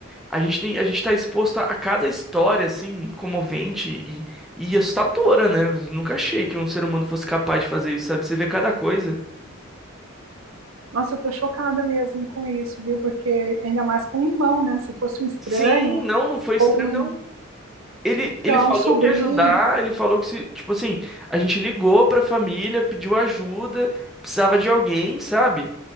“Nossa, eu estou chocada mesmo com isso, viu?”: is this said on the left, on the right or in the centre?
Right